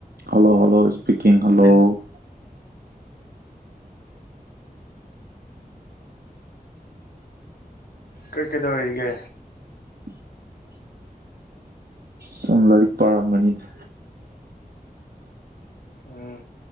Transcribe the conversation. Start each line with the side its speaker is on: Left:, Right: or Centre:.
Right: Hello hello speaking hello
Left: <unintelligible> ꯎꯝ ꯀꯩ ꯀꯗꯣ ꯑꯣꯏꯒꯦ
Right: <inaudible> ꯁꯨꯝ ꯂꯥꯏꯔꯤꯛ ꯄꯥꯔꯝꯕꯅꯤꯗ
Left: ꯎꯝ